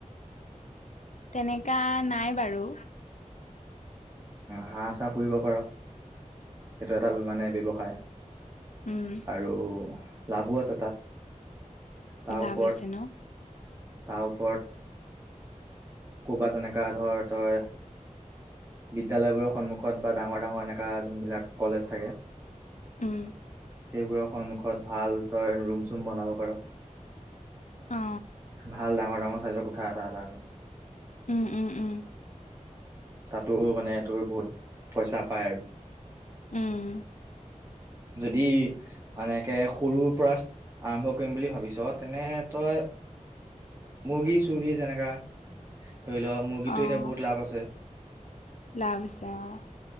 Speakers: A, on the left (about 65°); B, on the right (about 20°).
A: তেনেকা নাই বাৰু
B: হাঁহ চাহ পুহিব পাৰ সেইটো এটা মানে ব্যৱসায়
A: উম
B: আৰু লাভো আছে তাত তাৰ
A: লাভ
B: ওপৰত
A: আছে ন
B: তাৰ ওপৰত ক'ৰবাত তেনেকা ধৰ তই বিদ্যালয়বোৰৰ সন্মুখত বা ডাঙৰ ডাঙৰ এনেকুৱা যোনবিলাক কলেজ থাকে
A: উম
B: সেইবোৰৰ সন্মুখত ভাল তই ৰুম চুম বনাব পাৰোঁ
A: অ
B: ভাল ডাঙৰ ডাঙৰ চাইজৰ কুঠা ডাঙৰ ডাঙৰ কে
A: উম উম উম
B: তাতো মানে তোৰ বহুত পইচা পায় আৰু
A: উম
B: যদি মানে সৰুৰ পৰা আৰম্ভ কৰিম বুলি ভাবিছ তেনে তই মুৰ্গী চৰ্গী যেনেকা ধৰি লও মুৰ্গীটো
A: অ
B: এতিয়া বহুত লাভ আছে
A: লাভ আছে অহ